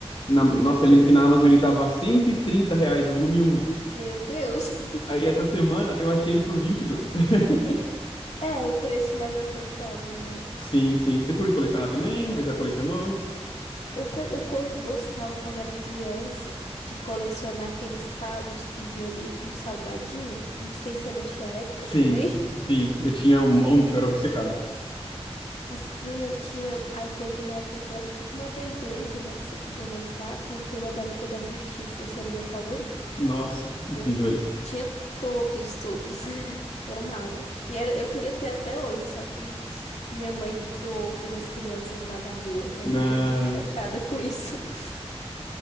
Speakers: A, on the left; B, on the left.
A: na- nossa, eu lembro que na Amazon ele tava 130 reais o volume um?
B: Meu Deus. <laughs>
A: Aí essa semana eu achei ele por 22. <laughs>
B: É, o preço mais aceitável, né?
A: Sim, sim. Você curte colecionar também? Ou Já colecionou?
B: Eu, fa- eu co- gostava quando era criança de colecionar aqueles tazos que vinha dentro do salgadinho. Não sei se é da sua época
A: Sim,
B: também. <laughs>
A: sim. Eu tinha um monte, eu era obcecado.
B: Assim, eu tinha. Aí teve uma época que era tipo uma Beyblade, né? Que você podia montar com o tema da Liga da Justiça. Esse era o meu favorito.
A: Nossa, incrível
B: Eu
A: isso.
B: tinha todos, todos. <laughs> Eu amava. E era- eu queria ter até hoje, só que minha mãe doou para umas crianças lá da rua. Até hoje
A: Ah,
B: eu fico chateada com isso. <laughs>